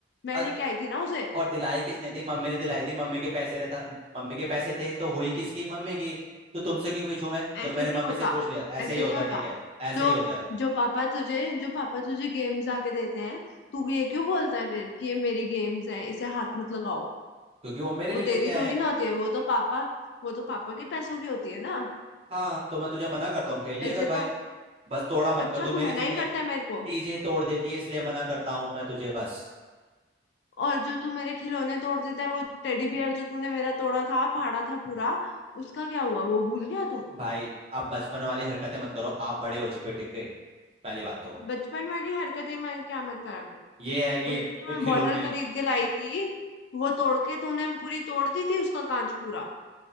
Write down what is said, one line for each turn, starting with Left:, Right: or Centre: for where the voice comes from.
Left: मैं
Right: अ-
Left: लेके आई थी ना उसे
Right: और दिलाई किसने थी मम्मी ने दिलाई थी मम्मी के पैसे ने था मम्मी के पैसे थे तो हुई किसकी मम्मी की तो तुमसे क्यों पूछूं मैं जब
Left: ऐसे
Right: मैंने
Left: नहीं
Right: मम्मी
Left: होता
Right: से पूछ लिया ऐसे
Left: ऐसे
Right: ही होता
Left: नहीं होता
Right: है ठीक है ऐसे
Left: जो
Right: ही होता है
Left: जो पापा तुझे जो पापा तुझे गेम्स आके देते हैं तू भी ये क्यों बोलता है फिर कि ये मेरी गेम्स है इसे हाथ मत लगाओ
Right: क्योंकि वो मेरे
Left: वो
Right: लिए लेके
Left: तेरी
Right: आए
Left: थोड़ी
Right: हैं
Left: ना होती है वो तो पापा वो तो पापा के पैसों की होती है ना
Right: हाँ तो मैं तुझे मना करता हूँ खेल लिया
Left: ऐसे
Right: कर भाई
Left: तो
Right: बस तोड़ा मत
Left: अच्छा
Right: कर तू मेरी
Left: तू मना
Right: चीजें
Left: ही करता है मेरे को
Right: चीजें तोड़ देती है इसलिए मना करता हूँ मैं तुझे बस
Left: और जो तू मेरे खिलौने तोड़ देता है वो टेडी बियर जो तूने मेरा तोड़ा था फाड़ा था पूरा उसका क्या हुआ वो भूल गया तू
Right: भाई आप बचपन वाली हरकतें मत करो आप बड़े हो चुके हो, ठीक है पहली बात तो
Left: बचपन वाली हरकतें मैं क्या मत करा कर
Right: ये है कि
Left: उस दिन जो मैं
Right: खिलौने
Left: बॉटल खरीद के लाई थी वो तोड़ के तूने पूरी तोड़ दी थी उसका कांच पूरा